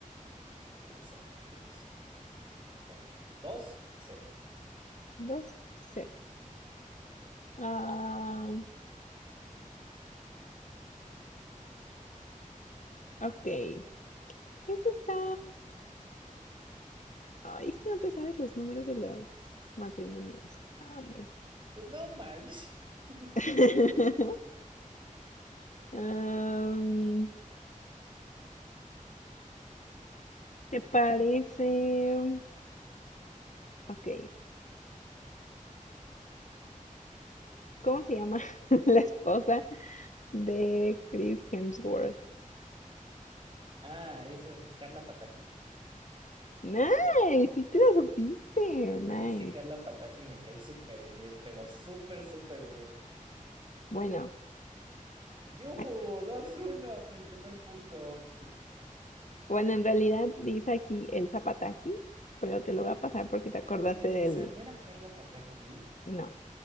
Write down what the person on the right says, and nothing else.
¿Qué pasó, Fer? ¿Qué pasó? Bueno, dos cero.
Pues no manches. <laughs>
Ah, esa es Carla Pataki.
Es que Carla Pataki me cae súper bien, pero súper, súper bien.
yujú
Dos uno, mi primer punto.
Era Elsa,
¿no era Carla Pataki?